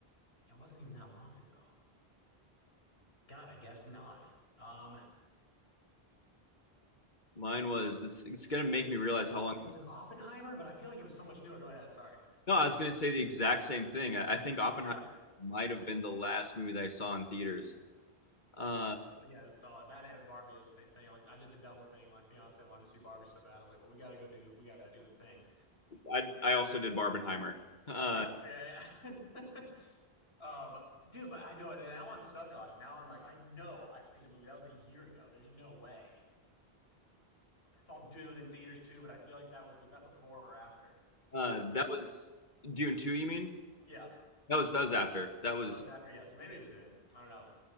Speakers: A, on the left; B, on the left.
A: It wasn't even that long ago. God, I guess not. Um,
B: Mine was. It's, it's going to make me realize how
A: was
B: long.
A: it was it Oppenheimer? But I feel like it was so much newer. Go ahead. Sorry.
B: No, I was going to say the exact same thing. I, I think Oppenheimer
A: Yeah.
B: might have been the last movie that I saw in theaters. Uh,
A: That's so yeah, it's solid. That and Barbie was the same thing. I went, I did the double thing. My fiance wanted to see Barbie so bad. I was like, well, we got to go do, we got to do the thing.
B: I I also did Barbenheimer. Uh,
A: Yeah. Yeah. yeah. <laughs> um, dude, but I know it. Now I'm stuck on it. Now I'm like, I know I've seen a movie that was a year ago. There's no way. I saw Dune in theaters too, but I feel like that was was that before or after?
B: uh,
A: Thank
B: that
A: you.
B: was Dune two. You mean
A: Yeah,
B: that was that was after that was.
A: That was after, yeah. So maybe it's Doom. I don't know.